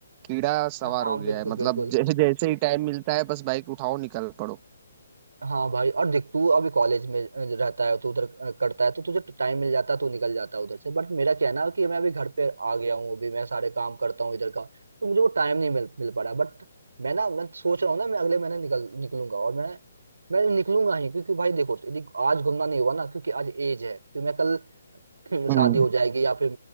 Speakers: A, on the right; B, on the right.
A: कीड़ा सवार
B: हाँ
A: हो गया
B: बिल्कुल
A: है मतलब
B: बिल्कुल
A: जै, जैसे ही टाइम मिलता है बस बाइक उठाओ निकल पड़ो
B: हाँ भाई और देख तू अभी कॉलेज में अ, रहता है तो उधर अ, करता है तो तुझे टाइम मिल जाता है तो निकल जाता है उधर से बट मेरा क्या है ना कि मैं अभी घर पे आ गया हूँ अभी मैं सारे काम करता हूँ इधर का तो मुझे वो टाइम नहीं मिल मिल पा रहा बट मैं ना मैं सोच रहा हूँ ना मैं अगले महीने निकल निकलूंगा और मैं मैं निकलूंगा ही क्योंकि भाई देखो यदि आज घूमना नहीं हुआ ना क्योंकि आज एज है क्योंकि मैं कल हम्म, शादी
A: हम्म
B: हो जाएगी या फिर